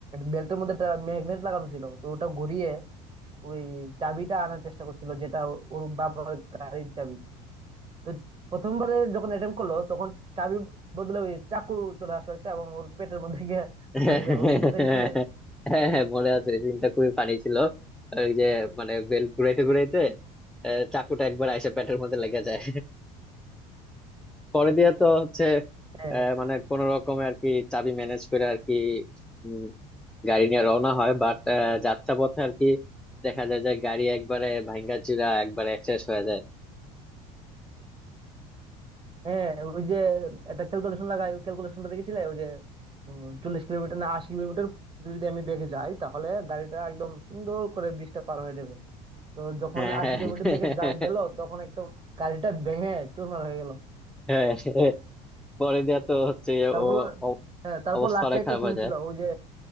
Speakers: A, on the right; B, in the centre.
A: বেল্টের মধ্যে একটা ম্যাগনেট লাগানো ছিল তো ওটা ঘুরিয়ে ওই চাবিটা আনার চেষ্টা করছিল যেটা ওর বাবার গাড়ির চাবি তো প্রথমবারে যখন অ্যাটেম্প করলো তখন চাবির বদলে ওই চাকু চলে আসলো একটা এবং ওর পেটের মধ্যে গিয়ে
B: হ্যাঁ
A: ঢুকে গেল ওই সিনটা দেখেছিলে
B: হ্যাঁ মনে আছে এই দিনটা খুবই ফানি ছিল ওই যে মানে বেল্ট ঘুরাইতে ঘুরাইতে আহ, চাকুটা একবার আইসা পেটের মধ্যে লেগে যায় পরে দিয়ে তো হচ্ছে
A: হ্যাঁ
B: আহ, মানে কোন রকমে আর কি চাবি ম্যানেজ করে আর কি উম, গাড়ি নিয়ে রওনা হয় বাট যাত্রা পথে আর কি দেখা যায় যে গাড়ি একবারে ভাঙ্গা চিরা একবারে শেষ হয়ে যায়
A: হ্যাঁ ওই যে একটা ক্যালকুলেশন লাগাই ওই ক্যালকুলেশনটা দেখেছিলে ওই যে উম, চল্লিশ কিলোমিটার না আশি কিলোমিটার যদি আমি বেগে যাই তাহলে গাড়িটা একদম সুন্দর করে ব্রিজটা পার হয়ে যাবে তো
B: <laughs>
A: যখন
B: হ্যাঁ
A: আশি কিলোমিটার বেগে
B: হ্যাঁ
A: যা- গেল তখন একদম গাড়িটা ভেঙে চুরমার হয়ে গেল
B: হ্যাঁ, হ্যাঁ। পরে দিয়ে তো হচ্ছে
A: তারপর
B: ও অ-
A: হ্যাঁ তারপর
B: অবস্থা
A: লাস্টে
B: অনেক
A: একটা
B: খারাপ
A: সিন
B: হয়ে যায়
A: ছিল ওই যে